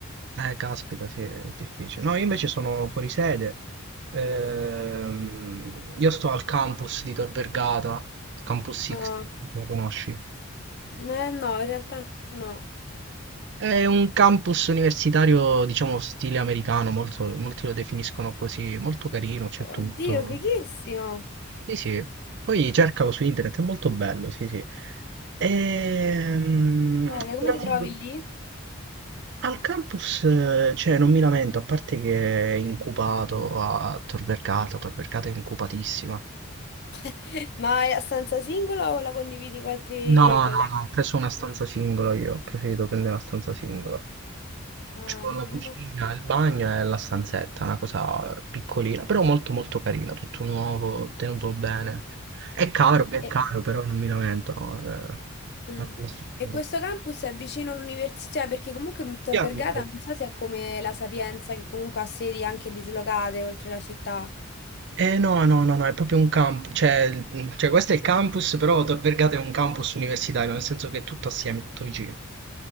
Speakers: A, on the right; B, on the left.
A: Eh, caspita, sì, è difficile. No, io invece sono fuori sede. Ehm, io sto al campus di Tor Vergata, Campus
B: No,
A: X, lo conosci?
B: no, eh, no, in realtà no.
A: È un campus universitario, diciamo, stile americano, molto- molti lo definiscono così, molto carino, c'è tutto.
B: Oddio, fighissimo.
A: Sì, sì, poi cercalo su internet, è molto bello, sì, sì. Ehm,
B: Bene,
A: però
B: come ti
A: ti
B: trovi
A: dico,
B: lì?
A: al campus, eh, cioè, non mi lamento, a parte che è incubato a Tor Vergata, Tor Vergata è incupatissima.
B: <laughs> Ma è a stanza singola o la condividi con altri
A: No,
B: colleghi?
A: no, no, ho preso una stanza singola io, ho preferito prendere una stanza singola.
B: Ah,
A: C'ho la cucina,
B: no.
A: il bagno e la stanzetta, una cosa piccolina, però molto molto carina, tutto nuovo, tenuto bene. È caro,
B: Ok.
A: è
B: E-
A: caro, però non mi lamento, no? È una
B: Ah,
A: bella struttura.
B: E questo campus è vicino all'università cioè, perché comunque Tor
A: Bianco.
B: Vergata non so se è come la Sapienza che comunque ha sedi anche dislocate oltre la città.
A: Eh no, no, no, no, è proprio un campus, cioè, cioè questo è il campus, però Tor Vergata è un campus universitario, nel senso che è tutto assieme, tutto vicino.